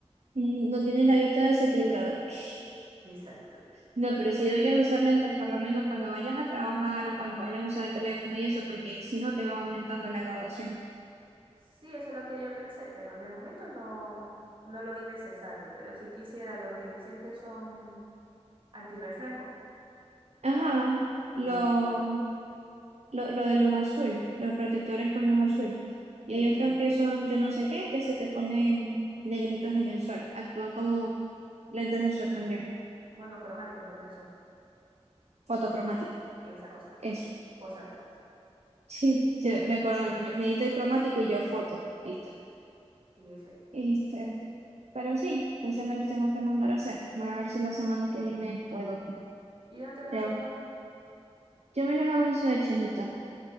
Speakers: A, on the right (about 70°); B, on the right (about 50°).
A: mm, no tienes la vista desequilibrada. <laughs>
B: <laughs> Exacto.
A: No, pero sí deberías usar lentes por lo menos cuando vayas a trabajar o cuando vayas a usar el teléfono y eso, porque si no te va aumentando la graduación.
B: Sí, eso es lo que yo pensé, pero en el momento no, no lo vi necesario. Pero si quisiera los que dicen que son antirreflejo,
A: Ajá,
B: eso,
A: lo, lo, lo de luz azul, los protectores con luz azul.
B: eso
A: Y hay otros
B: mismo.
A: que son yo no sé qué, que se te ponen negritos en el sol. Actúan como lentes de sol también,
B: Monocromáticos creo que son,
A: fotocromático.
B: esa cosa.
A: Eso.
B: Vos sabés.
A: Sí, yo me acuerdo, me, me edito el cromático y yo foto, listo.
B: Y eso ahí.
A: Este, pero sí, entonces me los tengo que mandar a hacer. Voy a ver si la semana que viene puedo.
B: ¿Y dónde te los
A: Te-
B: hacéis vos?
A: Yo me los hago en Ciudad Chinita